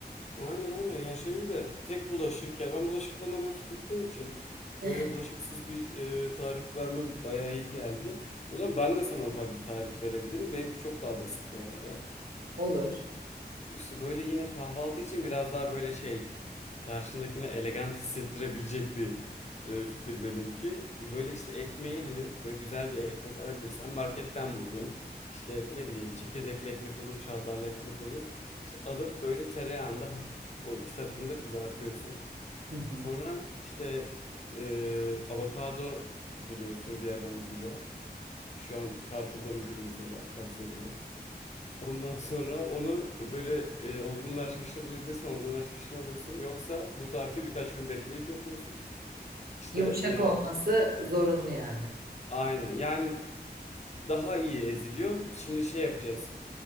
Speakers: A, on the left (about 40°); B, on the right (about 60°).
A: Aynen aynen. Ya şey bir de tek bulaşık. Ya ben bulaşıktan da nefret ettiğim için
B: <laughs>
A: böyle bulaşıksız bir e, tarif vermem bayağı iyi geldi. O zaman ben de sana ufak bir tarif verebilirim. Benimki çok daha basit bu arada.
B: Olur.
A: İşte böyle yine kahvaltı için biraz daha böyle şey işte karşındakine elegant hissettirebilecek bir e, fikir benimki. E, Böyle işte ekmeği hani böyle güzel bir ekmek alabilirsen marketten bulduğun işte ne bileyim çekirdekli ekmek olur, çavdarlı ekmek olur. İşte alıp böyle tereyağında hafif o iki tarafını da kızartıyorsun.
B: Hı hı.
A: Sonra işte e, avokado buluyorsun bir yerden ucuza. Şu an Carrefour'da ucuz mesela tavsiye ederim. Ondan sonra onu böyle e, olgunlaşmışını bulabilirsen olgunlaşmışını alıyorsun. Yoksa bu tarifi birkaç gün bekleyip yapıyorsun. İşte
B: Yumuşak
A: e,
B: olması zorunlu yani.
A: aynen. Yani daha iyi eziliyor. Şimdi şey yapacağız.